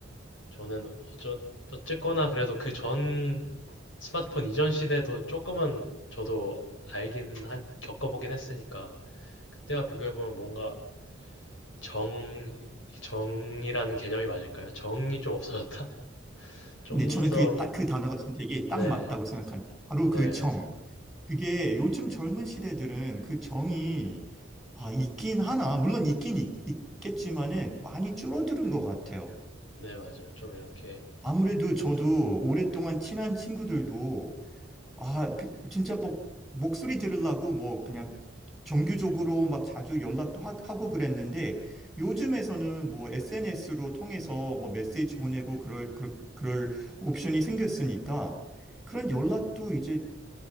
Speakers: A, on the left (about 75°); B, in the centre.
A: 저는 어저, 어쨌거나 그래도 그 전 스마트폰 이전 시대도 조금은 저도 알긴 한, 겪어보긴 했으니까, 그때와 비교해보면 뭔가 정 정이라는 개념이 맞을까요? 정이 좀 없어졌다? <laughs> 좀
B: 네 저는
A: 더,
B: 그게 딱 그 단어가 선택이
A: 네,
B: 딱 맞다고 생각합니다. 바로
A: 네,
B: 그 정. 그게 요즘 젊은 시대들은 그 정이 아, 있긴 하나. 물론 있긴 있, 겠지만은 많이 줄어드는 것 같아요.
A: 네, 맞아요. 좀 이렇게,
B: 아무래도 저도 오랫동안 친한 친구들도 아, 그- 진짜 뭐 목소리 들으려고 뭐 그냥 정규적으로 막 자주 연락도 하, 고 그랬는데 요즘에서는 뭐 SNS로 통해서 뭐 메시지 보내고 그럴, 그럴, 그럴 옵션이 생겼으니까 그런 연락도 이제